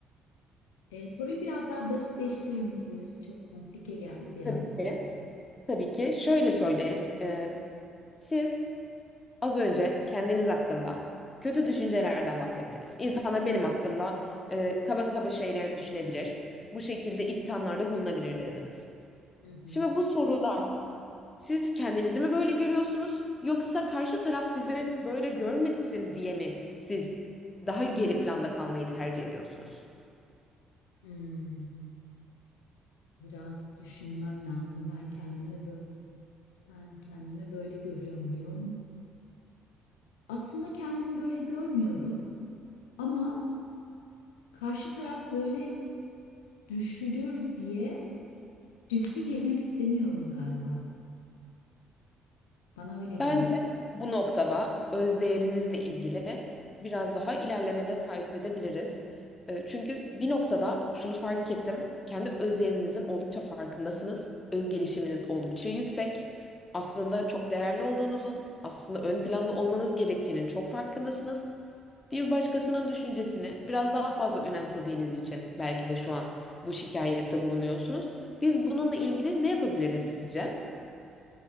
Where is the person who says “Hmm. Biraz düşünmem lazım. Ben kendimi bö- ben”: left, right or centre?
Left